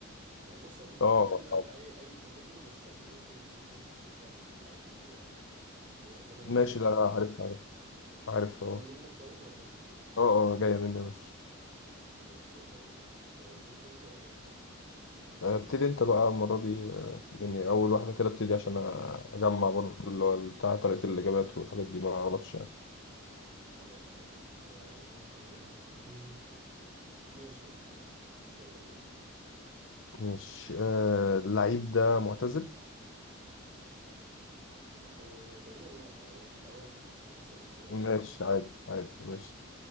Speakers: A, on the right; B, on the left.
A: طب بص هي المفروض
B: اه
A: بتتعمل على
B: آه.
A: اي اي كاتيجوري بس احنا ممكن ممكن نخصصها للعيبه الكوره يعني بما اننا انا
B: ماشي
A: وانت لينا
B: لا
A: في
B: لا
A: لعيبه
B: عارف
A: الكوره
B: عارف عارف
A: جاي
B: اه
A: منك طيب ولا ايه
B: اه اه جاية مني يا باشا
A: خلاص يلا بينا تبيك انت ولا بك انا
B: آه، ابتدي انت بقى المرة دي آه، يعني أول واحدة كده ابتدي عشان أجمع برضو اللي هو بتاع طريقة الإجابات والحاجات دي ما غلطش يعني
A: خلاص تمام آه ممكن اقول لك مين ماشي اوكي يلا بينا
B: ماشي آه اللعيب ده معتزل
A: آه تقريبا لا هو في الاواخر بس لسه ما اعتزلش
B: ماشي
A: يعني
B: عادي عادي ماشي